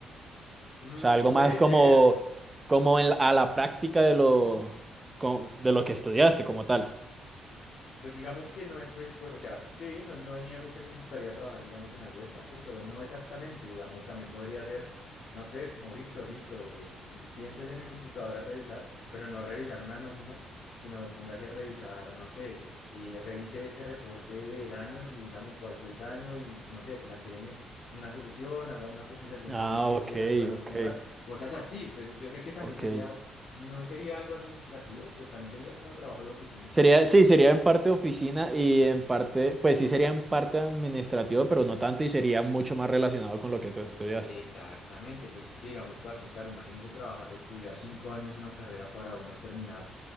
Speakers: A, on the left; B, on the right.
A: Mm,
B: O sea, algo
A: puede
B: más como,
A: ser,
B: como en la- a la práctica de lo, con- de lo que estudiaste como tal.
A: Pues digamos que no, he- pues, pues, o sea, sí, no, no niego que me gustaría trabajar, digamos, en algo de campo, pero no exactamente, digamos, también podría ser, no sé, como Víctor, listo, eh, mm, siéntese en el computador a revisar, pero no revisar una nómina, sino póngase a revisar, no sé, eh, revise este reporte de daños y dígame cuál fue el daño y, no sé, plantéeme una solución, haga una cotización
B: Ah,
A: de qué piezas
B: ok,
A: podemos
B: ok,
A: comprar, cosas así, pues yo sé que también
B: ok.
A: sería, no sería algo administrativo, pues también sería como trabajo de oficina
B: Sería, sí, sería en parte oficina y en parte, pues sí sería en parte administrativo, pero no tanto y sería mucho más relacionado con lo que tú estudiaste,
A: Exactamente, pues es que digamos, parce, claro, imagínese trabajar, estudiar cinco años una carrera para uno terminar,